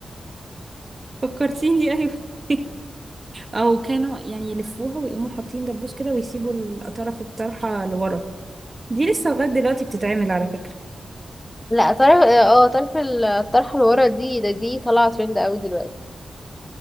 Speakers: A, on the right; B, on the left.
A: فكرتيني ايوه <laughs> او كانوا يعني يلفوها ويقوموا حاطين دبوس كده ويسيبوا الطرف الطرحة لورا دي لسه لغاية دلوقتي بتتعمل على فكرة
B: لا طرف اه طرف ال- الطرحة اللي ورا دي ده دي طالعة ترند قوي دلوقتي